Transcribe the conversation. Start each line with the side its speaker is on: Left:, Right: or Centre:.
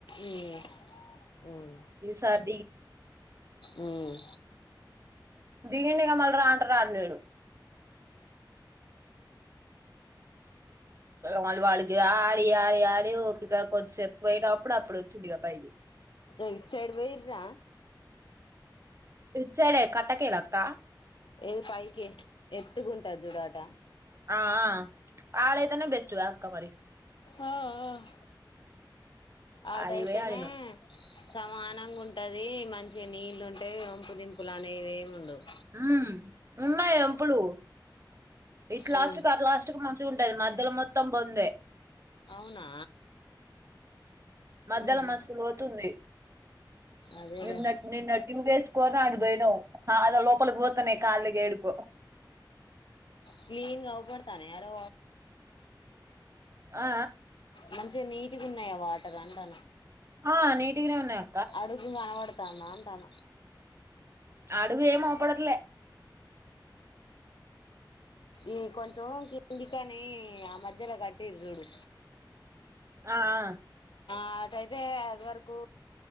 Left: ఉమ్ ఉమ్
Right: ఈసారి
Left: ఉమ్
Right: దిగిండుగా మళ్ళ రాంట రాలేడు వాళ్ళ వాళ్ళకి ఆడి ఆడి ఆడిక ఓపిక కొద్దిసేపు పోయినప్పుడు అప్పుడు వచ్చిందిక పై
Left: ఇట్ సైడ్ పోయిర్రా
Right: వచ్చాడే కట్టకలక్క
Left: ఏది పైకి ఎత్తుకుంటారు చుడ ఆట
Right: ఆ ఆడయితేనే బెస్ట్ కా అక్కా మరి
Left: ఆ ఆ ఆటయితేనే
Right: ఆడికి పోయి ఆడినం
Left: సమానంగా ఉంటది మంచిగా నీళ్ళు ఉంటే వంపుదింపులు అనేవిమి ఉండవు
Right: ఉ ఉన్నాయి వంపులు ఇట్ లాస్ట్
Left: ఉమ్
Right: క అట్ లాస్ట్ కు మంచిగా ఉంటది మధ్యలో మొత్తం పొందే
Left: అవునా
Right: మధ్యలో
Left: ఉహు
Right: మస్తు పోతుంది
Left: అదేలే
Right: విన్నట్టు నిన్నట్టు ఇం వేసుకోని ఆడి పోయడం అద లోపలికి పోతన్నాయి కాళ్ళకి ఏడుకో
Left: క్లీన్ గా ఊబడతా యారో
Right: ఆ
Left: మంచిగా నీటుగా ఉన్నాయా వాటర్ అంటన
Right: ఆ నీటికిిన ఉన్నయ్
Left: అడుగు కనబడతాందా అంటాన
Right: ఆడుగు ఏమో పడట్లే
Left: ఈ కొంచెం కిందికని ఆ మధ్యలో కట్టిరు చూడు
Right: ఆ ఆ
Left: అట్టైతే అదివరకు